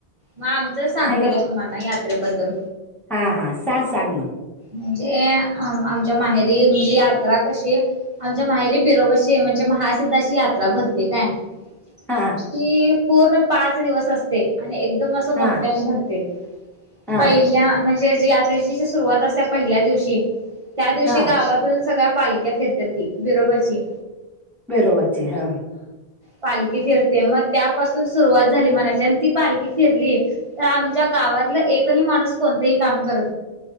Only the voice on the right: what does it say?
मग आमचंच सांगते
का तुम्हाला यात्रेबद्दल
म्हणजे अ-अं आच्या माहेरी म्हणजे यात्रा कशी आमच्या माहेरी बिरोबची म्हणजे महासिद्धाची यात्रा भरते काय हि
पूर्ण पाच दिवस असते आणि अस मोठ्या
भरते
पहिल्या म्हणजे सुरुवात अस पहिल्या दिवशी त्या दिवशी
गावातून सगळ्या पालक्या फिरत ती बिरोबाची
पालखी फिरते मग त्यापासून सुरुवात झाली म्हणाची आणि ती पालखी फिरली तर आमच्या गावातला एकही माणूस कोणतही काम कर